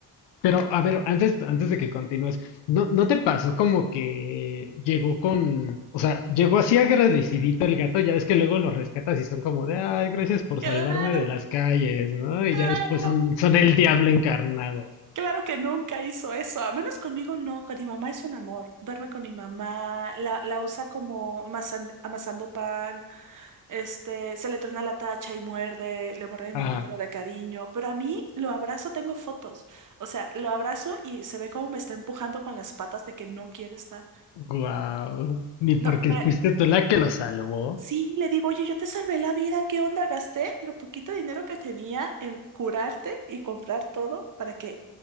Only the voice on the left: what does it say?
Pero, a ver, antes, antes de que continúes, ¿no, no te pasó como que llegó con, o sea, llegó así agradecidito el gato, ya ves que luego lo rescatas y son como de, ay, gracias por
salvarme de las calles, ¿no? Y
ya después son, son el diablo encarnado.
Ah,
guau. Ni
porque
fuiste tú la que lo salvó.